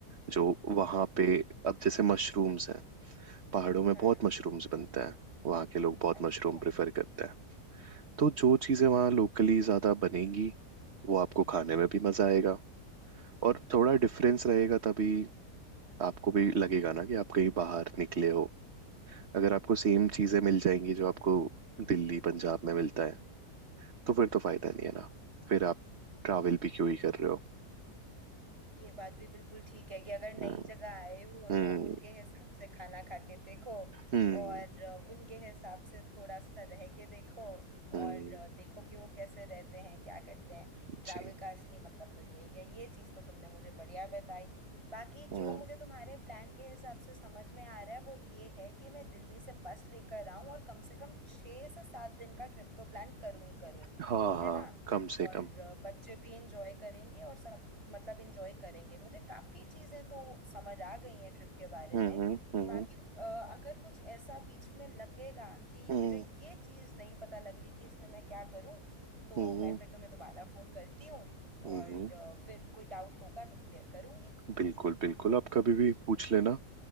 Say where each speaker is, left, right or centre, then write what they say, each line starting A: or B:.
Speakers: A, on the right (about 45°); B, on the right (about 20°).
A: जो वहाँ
B: बिल्कुल
A: पे अब जैसे मशरूम्स हैं पहाड़ों में
B: हाँ
A: बहुत मशरूम्स बनते हैं वहाँ के लोग बहुत
B: अच्छा
A: मशरूम प्रेफर करते हैं तो जो चीज़ें वहाँ लोकली ज़्यादा बनेगी वो आपको खाने में भी मज़ा आएगा और थोड़ा डिफरेंस रहेगा तभी आपको भी लगेगा ना कि आप कहीं बाहर निकले हो अगर आपको सेम चीजें मिल जाएंगी जो आपको दिल्ली पंजाब में मिलता है तो फिर तो फायदा नहीं है ना फिर आप ट्रैवल भी क्यों ही कर रहे हो
B: ये बात भी बिल्कुल ठीक है कि अगर नई
A: हम्म
B: जगह आए हो
A: हम्म
B: तो उनके हिसाब से खाना खा के देखो
A: हम्म
B: और उनके हिसाब से थोड़ा सा रह के देखो
A: हम्म,
B: और देखो कि वो कैसे रहते हैं क्या करते हैं
A: जी
B: ट्रैवल का असली मतलब तो यही है ये चीज़ तो तुमने मुझे बढ़िया बताई बाकी
A: हम्म
B: जो मुझे तुम्हारे प्लान के हिसाब से समझ में आ रहा है वो ये है कि मैं दिल्ली से बस लेकर आऊं और कम से कम छः से सात दिन का ट्रिप तो प्लान करूं ही करूं
A: हाँ
B: है
A: हाँ
B: ना
A: कम से
B: और
A: कम
B: अ, बच्चे भी इंजॉय करेंगे और सब मतलब इंजॉय करेंगे मुझे काफी चीजें तो समझ आ गई हैं ट्रिप के बारे
A: हम्म
B: में
A: हम्म हम्म
B: बाकी अ, अगर कुछ ऐसा बीच में लगेगा कि
A: हम्म
B: मुझे ये चीज नहीं पता लग रही कि इसमें मैं क्या करूं तो
A: हम्म
B: मैं फिर तुम्हें दोबारा फोन करती हूँ
A: हम्म,
B: और अ, फिर कोई डाउट होगा तो क्लियर करूंगी
A: बिल्कुल बिल्कुल आप कभी भी पूछ लेना